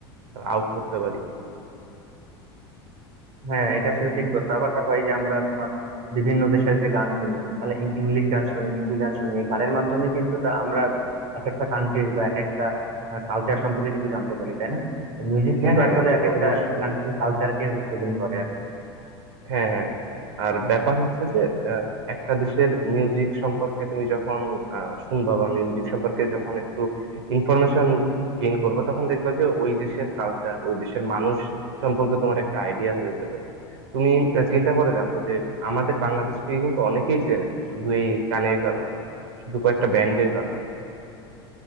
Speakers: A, on the right; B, on the right.
A: আউট করতে পারি
B: হ্যাঁ এটা আসলে ঠিক বলছো আবার দেখো এই যে আমরা তোমার বিভিন্ন দেশের যে গান শুনি তাহলে ইং- ইংলিশ গান শুনি হিন্দি গান শুনি এই গানের মাধ্যমে কিন্তু তা আমরা এক একটা কান্ট্রির বা এক একটা কালচার সম্পর্কে কিন্তু জানতে পারি তাই না মিউজিক
A: হ্যাঁ
B: কিন্তু
A: হ্যাঁ
B: আসলে
A: এটা
B: এক
A: তো
B: একটা
A: অবশ্যই
B: কান্ট্রির কালচারকে রিপ্রেজেন্ট করে আর কি।
A: হ্যাঁ হ্যাঁ আর ব্যাপার হচ্ছে যে আহ, একটা দেশের মিউজিক সম্পর্কে তুমি যখন আহ, শুনবা বা মিউজিক সম্পর্কে যখন একটু ইনফরমেশন গেইন করবে তখন দেখবা যে ওই দেশের কালচার ওই দেশের মানুষ সম্পর্কে তোমার একটা আইডিয়া হয়ে যাবে তুমি আহ, চিন্তা করে দেখো যে আমাদের বাংলাদেশকে কিন্তু অনেকেই চেনে শুধু এই গানের কারণে শুধু কয়েকটা ব্যান্ডের কারণে